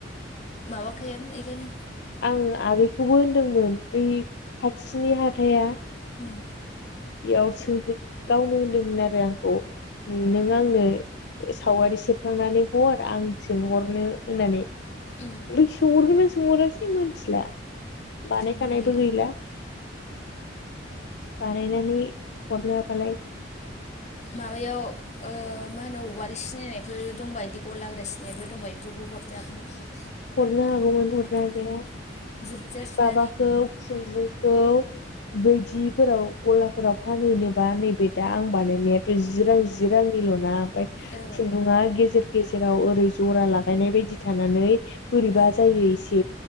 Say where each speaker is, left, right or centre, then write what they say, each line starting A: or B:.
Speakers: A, on the left; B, on the left.
A: माबाखायानो ओंखायनो
B: आं आगैखौबो होनदोंमोन बै खाथिनि हाथाया
A: सावगारि
B: बेयाव सों गावनो होनदोंमोन आरो आंखौ नों आंनो सावगारि सेबखांनानै हर आं सोंहरनो होननानै ओमफ्राय
A: होननानै
B: सोंहरगोन ना सोंहरासै मानथिला बानायखानायबो
A: सोंहराखैदां
B: गैला बानायनानै हरनो हाबालाय
A: माबायाव ओ मा होनो बबावव आरो सिनायनायफोर दंबा बिदि गलाग्रा सिनायफोर दंबा बेफोरावबो हरजागौमोन
B: हरनो
A: ओं
B: हागौमोन हरनो हानाया।
A: बुरजा सुनानै
B: माबाखौ
A: ओं
B: खुनदुंखौ बैदिफोराव। गलाफोराव फानहैनोबा नैबे दा आं बानायनायाथ' जि रां जि रांनिल'ना ओमफाय
A: ओ
B: खुनदुङा गेजेर गेजेराव ओरै जरा लागायनाय बायदि थानानै। बोरैबा
A: ओं
B: जायो एसे